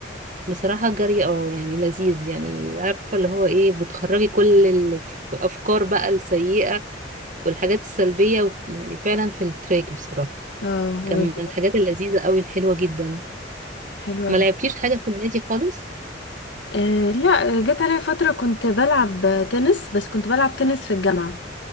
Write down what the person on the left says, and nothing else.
اه
و-
حلو
قوي
آه لا جت عليا فترة كنت بلعب تنس بس كنت بلعب تنس في الجامعة